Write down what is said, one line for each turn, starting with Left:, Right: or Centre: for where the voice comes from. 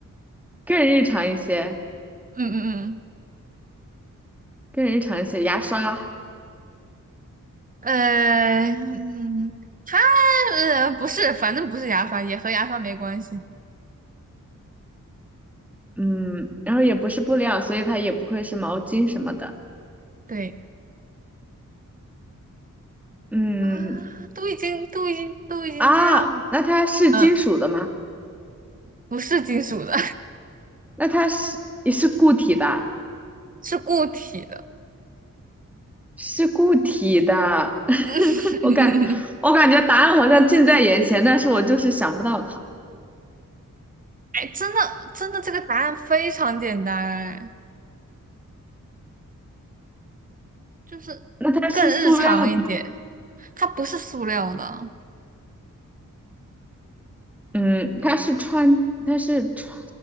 Centre: 更日常一些，
Right: 嗯嗯
Centre: 更日常一些，牙刷，
Right: 嗯，呃嗯，它呃不是，反正不是牙刷，也和牙刷没关系。
Centre: 嗯，然后也不是布料，所以它也不会是毛巾什么的，
Right: 对
Centre: 嗯
Right: 啊，都已经都已经都已经这样。
Centre: 啊，那它是金属的吗？
Right: 嗯不是金属的，
Centre: 那它是也是固体的，
Right: <laughs> 是固体的。
Centre: 是固体的。<laughs>
Right: <laughs>
Centre: 我感我感觉答案好像近在眼前，但是我就是想不到它。
Right: 哎，真的真的，这个答案非常简单，哎，就是更日常一点，
Centre: 那它是塑料的，
Right: 它不是塑料的。
Centre: 嗯，它是穿它是穿